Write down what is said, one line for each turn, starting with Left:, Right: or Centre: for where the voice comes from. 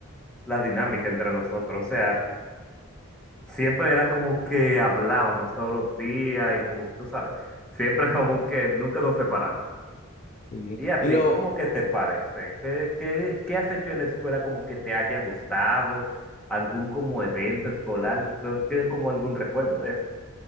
Centre: la dinámica entre nosotros. O sea, siempre era como que hablábamos todos los días y como que tú sabes, siempre como que nunca nos separábamos.
Left: Sí.
Centre: ¿Y a
Left: Y
Centre: ti,
Left: lo,
Centre: cómo que te parece? ¿Qué, qué, qué has hecho en la escuela como que te haya gustado? ¿Algún como evento escolar? ¿Tú tienes como algún recuerdo de eso?